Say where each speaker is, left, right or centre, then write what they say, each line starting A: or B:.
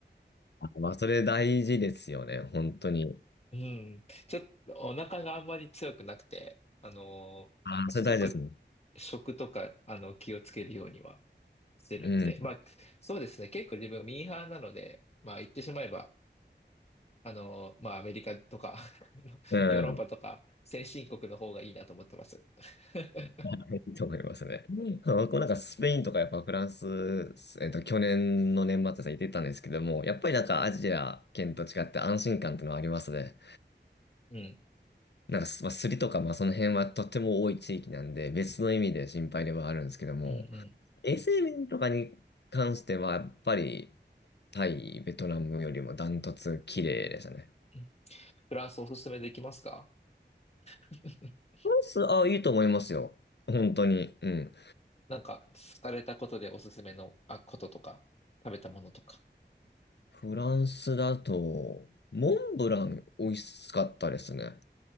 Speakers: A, on the left (about 65°); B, on the left (about 35°).
A: あ、まあ、それ大事ですよね、本当に。
B: うん。ちょっとお腹があんまり強くなくて、あのー、
A: あ、
B: 食、
A: それ大事ですもん。
B: 食とか、あの、気をつけるようにはしてるんで、
A: うん。
B: まあ、そうですね。結構自分ミーハーなので、まあ、言ってしまえば、あのー、まあ、アメリカとか <laughs> あのヨーロッパとか、
A: うん。
B: 先進国の方がいいなと思ってます。<laughs>
A: はいいいと思いますね。うんあ僕もなんかスペインとかやっぱフランス、えっと、去年の年末さ、行ってたんですけども、やっぱりなんかアジア圏と違って安心感ってのはありますね。
B: うん、
A: なんかす、まあ、スリとか、まあその辺はとっても多い地域なんで、別の意味で心配ではあるんですけども、
B: うん、うん。
A: 衛生面とかに関しては、やっぱりタイ、ベトナムよりもダントツ綺麗でしたね。
B: うんフランスおすすめできますか <laughs>
A: フランス、あ、いいと思いますよ。本当に。うん。
B: なんか、されたことでおすすめの、あ、こととか、食べたものとか。
A: フランスだと、モンブラン美味しかったですね。